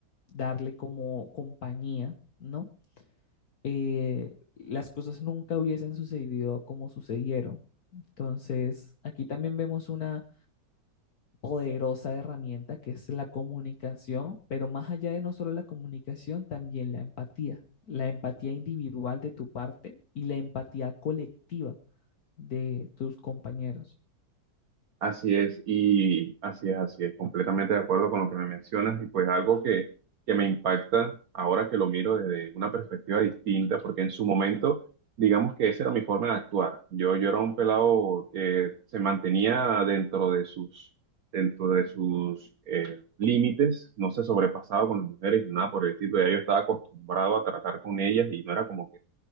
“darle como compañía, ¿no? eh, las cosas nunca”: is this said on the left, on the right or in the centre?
Left